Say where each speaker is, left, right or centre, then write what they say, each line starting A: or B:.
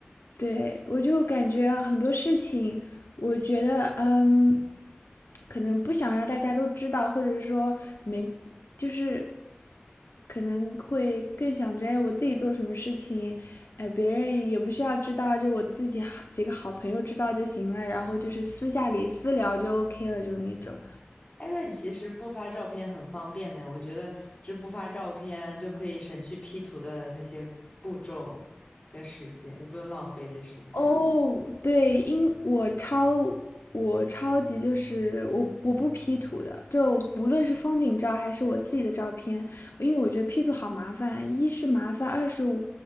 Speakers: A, on the left; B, on the left.
A: 对，我就感觉啊很多事情，我觉得，嗯，可能不想让大家都知道，或者说没，就是可能会更想着，哎，我自己做什么事情，哎，别人也不需要知道，就我自己好几个好朋友知道就行了，然后就是私下里私聊就 OK 了，就那种。
B: 哎，那你其实不发照片很方便的，我觉得这不发照片就可以省去 P 图的那些步骤跟时间，就不用浪费这时间了。
A: 哦，对，因我超我超级就是我我不 P 图的，就不论是风景照还是我自己的照片，因为我觉得 P 图好麻烦，一是麻烦，二是我